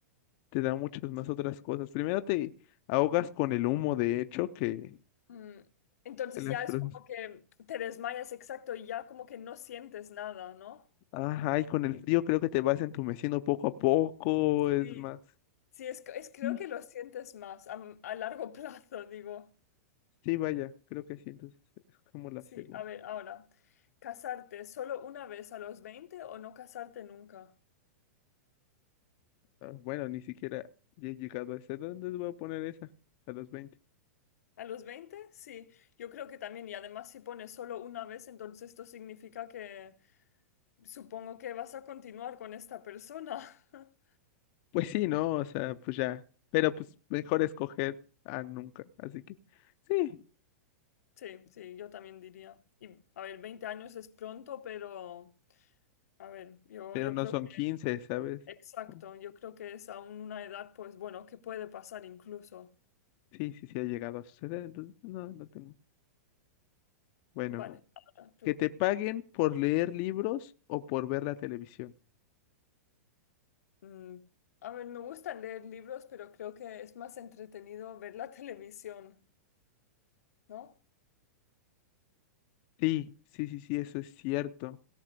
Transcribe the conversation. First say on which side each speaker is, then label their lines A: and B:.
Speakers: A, on the left; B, on the left.
A: te da muchas más otras cosas. Primero te ahogas con el humo, de hecho, que
B: Mm, Entonces
A: que las
B: ya
A: flores.
B: es como que te desmayas exacto y ya como que no sientes nada, ¿no?
A: Ajá, y con el frío creo que te vas entumeciendo poco a poco, es
B: Sí,
A: más.
B: Sí, es, es creo
A: Sí,
B: que lo sientes más a, a largo <laughs> plazo, digo.
A: sí, vaya, creo que sí, entonces es como la
B: Sí,
A: segunda.
B: a ver, ahora, ¿casarte solo una vez a los 20 o no casarte nunca?
A: Ah, Bueno, ni siquiera ya he llegado a esa edad, entonces voy a poner esa, a los veinte
B: ¿A los veinte, Sí, yo creo que también, y además si pones solo una vez, entonces esto significa que supongo que vas a continuar con esta persona. <laughs>
A: Pues sí, ¿no? O sea, pues ya. Pero pues mejor escoger a nunca, así que sí,
B: Sí, sí, yo también diría. Y a ver, 20 años es pronto, pero a ver, yo,
A: pero
B: yo
A: no
B: creo
A: son
B: que,
A: quince ¿sabes?
B: exacto,
A: No,
B: yo creo que es aún una edad, pues bueno, que puede pasar incluso.
A: Sí, sí, sí ha llegado a suceder, entonces pues no, no tengo. Bueno,
B: Vale, ahora tú.
A: que te paguen por leer libros o por ver la televisión.
B: Mm, a ver, me gusta leer libros, pero creo que es más entretenido ver la <laughs> televisión, ¿no?
A: Sí, sí, sí, sí, eso es cierto.